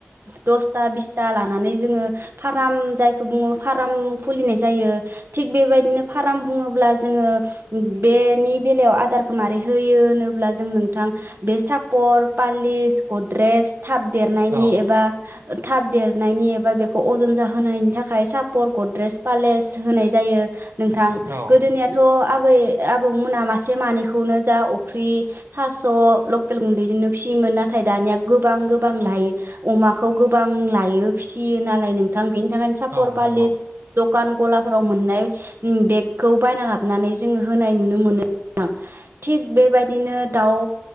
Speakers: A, on the right (about 65°); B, on the right (about 80°).
A: दसथा बिसथा लानानै जोङो फाराम जायखौ बुङो फाराम खुलिनाय जायो। थिग बेबायदिनो फाराम बुङोब्ला जोङो बेनि बेलायाव आदारखौ मारै होयो होनोब्ला जों नोंथां बे सापर पालिस गद्रेस थाब देरनायनि
B: औ
A: एबा थाब देरनायनि एबा बेखौ अजन जाहोनायनि थाखाय सा पर गद्रेस पालेस होनाय जायो। नोंथां
B: औ
A: गोदोनियाथ' आबै आबौ मोना मास से मानैखौनो जा अफ्रि थास' लकेल गुन्दैजोंनो फियोमोन नाथाय दानिया गोबां गोबां लायो अमाखौ गोबां लायो फिसियो नालाय नोंथां बेनि साफर
B: औ
A: फालिस
B: नंगौ
A: द खान गलाफोराव मोननाय ओ बेगखौ बायना लाबनानै जोङो होनाय नुनो मोनो थिग बेबायदिनो दाउ